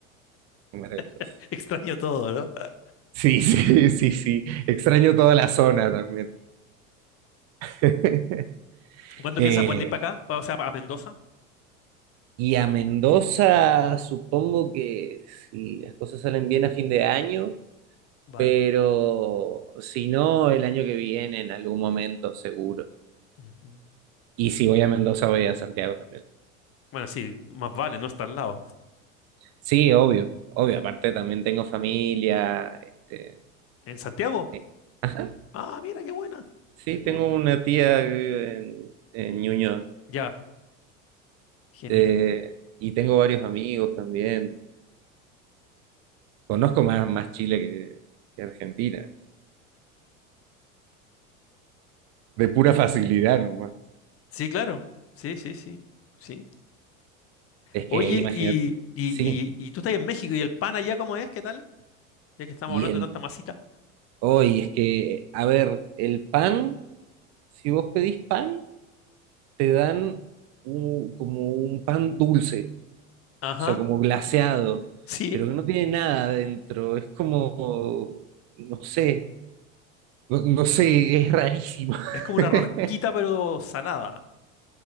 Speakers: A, on the right (about 40°); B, on the left (about 35°).
A: maravillosas.
B: <laughs> Extraño todo, ¿no?
A: Sí, sí, <laughs> sí, sí. Extraño toda la zona también. <laughs>
B: ¿Cuándo
A: Eh,
B: piensas venir para acá? Pa- O sea, a Mendoza.
A: y a Mendoza, supongo que si las cosas salen bien a fin de año,
B: Vale.
A: pero si no, el año que viene, en algún momento, seguro.
B: Ujú.
A: Y si voy a Mendoza, voy a Santiago también.
B: Bueno, sí, más vale, no está al lado.
A: Sí, obvio, obvio. Aparte, también tengo familia. este,
B: ¿En Santiago?
A: Sí. Ajá.
B: Ah, mira, qué buena,
A: Sí,
B: qué
A: tengo
B: buena.
A: una tía que vive en, en Ñuñoa.
B: Ya, genial.
A: Eh, y tengo varios amigos también. Conozco más, más Chile que, que Argentina. De pura facilidad nomás.
B: Sí, claro. Sí, sí, sí, sí.
A: Es
B: Oye,
A: que imagínate.
B: y, y,
A: Sí.
B: y, y tú estás en México y el pan allá, ¿cómo es? ¿Qué tal? Ya que estamos
A: Y
B: hablando
A: el
B: de tanta masita.
A: hoy es que, a ver, el pan, si vos pedís pan, te dan un- como un pan dulce,
B: Ajá,
A: o sea, como glaseado,
B: sí.
A: pero que no tiene nada adentro. Es como, no sé. No, no sé, es rarísimo.
B: Es como una
A: <laughs>
B: rosquita, pero salada.